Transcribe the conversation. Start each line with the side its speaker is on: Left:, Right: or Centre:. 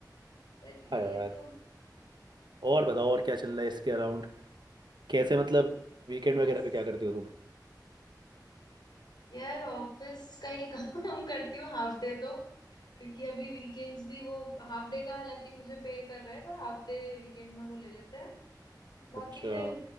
Left: पर
Right: हाँ
Left: ये
Right: यार
Left: तो
Right: और बताओ और क्या चल रहा है इसके अराउंड कैसे मतलब वीकेंड
Left: बस
Right: वगैरह पे क्या करती हो तुम
Left: यार ऑफिस का ही <laughs> काम करती हूँ हाफ डे तो क्योंकि अभी वीकेंड्स भी वो हाफ डे का हालांकि मुझे पे कर रहे हैं पर हाफ डे वीकेंड में वो ले लेते हैं बाकी
Right: अच्छा
Left: फिर